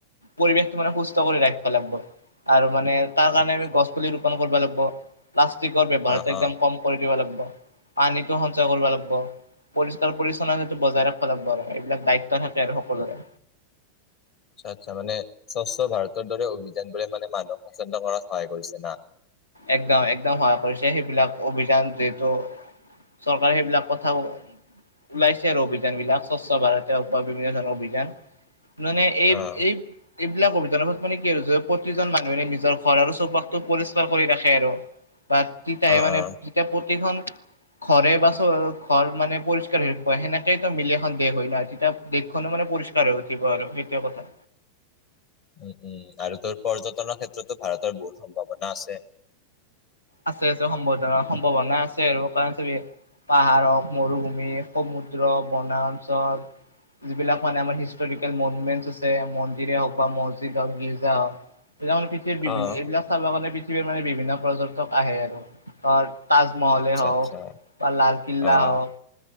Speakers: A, on the left (about 80°); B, on the left (about 45°).
A: পৰিৱেশটো মানে সুস্থ কৰি ৰাখিব লাগিব। আৰু মানে তাৰ কাৰণে
B: আচ্ছা
A: আমি গছ পুলি ৰোপন কৰিব লাগিব, প্লাষ্টিকৰ ব্যৱহাৰ
B: অ',
A: একদম
B: অ',
A: কম কৰি দিব লাগিব। পানীতটো সঞ্চয় কৰিব লাগিব। পৰিষ্কাৰ পৰিচ্ছন্নতটো বজাই ৰাখিব লাগিব। এইবিলাক দায়িত্ব থাকে আৰু সকলোৰে।
B: আচ্ছা, আচ্ছা মানে স্বচ্ছ ভাৰতৰ দৰে অভিযানবোৰে মানে মানুহক সচেতন্তন কৰাত সহায় কৰিছে না।
A: একদম, একদম সহায় কৰিছে, সেইবিলাক অভিযান যিহেতু। চৰকাৰে সেইবিলাক কথাও। ওলাইছে আৰু অভিযান বিলাক স্বচ্ছ ভাৰত হওঁক বা বিভিন্ন ধৰণৰ অভিযান। মানে এই
B: অ',
A: এই এইবিলাক অভিযানৰত মানে কি যে প্ৰতিজন মানুহেনে নিজৰ ঘৰ আৰু চৌপাশটো পৰিচকা কৰি ৰাখে আৰু বা তিতাহে
B: অ',
A: মানে
B: অ',
A: যেতিয়া প্ৰতিখন। ঘৰে বা চ ঘৰ মানে পৰিষ্কাৰ হেৰি প সেনেকেই মিলি এখন দেশ হয় নহয় তেতিয়া দেশখনো মানে। পৰিষ্কাৰ হৈ উঠিব আৰু হেতোয়ে কথা
B: উম, উম আৰু তোৰ পৰ্যটনৰ ক্ষেত্ৰতো ভাৰতৰ বহুত সম্ভাৱনা আছে।
A: আছে, আছে সম্ভাৱনা সম্ভাৱনা আছে, আৰু কাৰণ চ পাহাৰহক, মৰুভূমি, সমুদ্ৰৰ বনাঞ্চল যিবিলাক মানে আমাৰ হিষ্টৰিকেল মনুমেণ্ট আছে, মন্দিৰে হওঁক বা মছজিদ হওঁক, গিৰ্জা হওঁক। এতিয়া মানে পৃথিৱীৰত বিভিন্ন
B: অ',
A: এইবিলাক চাবৰ কাৰণে পৃথিৱীৰ মানে বিভিন্ন পৰ্যটক আহে আৰু তাৰ তাজমহলে
B: আচ্ছা
A: হওঁক
B: আচ্ছা
A: বা লালকিল্লা
B: অ',
A: হওঁক